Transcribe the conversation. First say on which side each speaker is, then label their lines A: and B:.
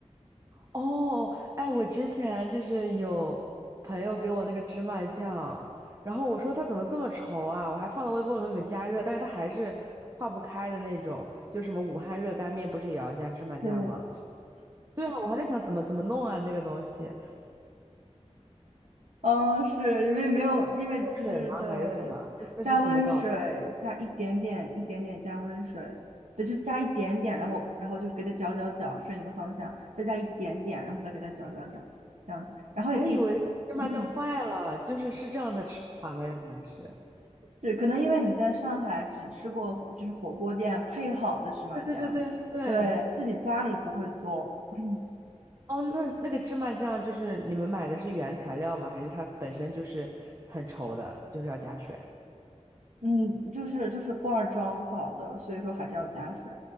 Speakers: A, on the right; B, on the right.
A: 哦，哎，我之前就是有朋友给我那个芝麻酱，然后我说它怎么这么稠啊？我还放到微波炉里面加热，但是它还是化不开的那种。就什么武汉热干面不是也要加芝麻酱吗？
B: 对，
A: 对啊，我还在想怎么怎么弄啊那个东西，热
B: 嗯，是因为没有，因为就是对，
A: 水吗还是什么？那那是怎么搞的
B: 加温水，加一点点，一点点加温水，对，就是加一点点，然后然后就是给它搅搅搅，顺一个方向，再加一点点，然后再给它搅搅搅，这样子，然后也可以敷，
A: 我还以为芝麻酱坏了，
B: 嗯。
A: 就是是这样的吃法吗？原来是。
B: 对，可能因为你在上海只吃过火，就是火锅店配好的芝麻酱，
A: 对对对对对。
B: 对，自己家里不会做，<clears throat>
A: 哦，那那个芝麻酱就是你们买的是原材料吗？还是它本身就是很稠的，就是要加水？
B: 嗯，就是就是罐儿装好的，所以说还是要加水，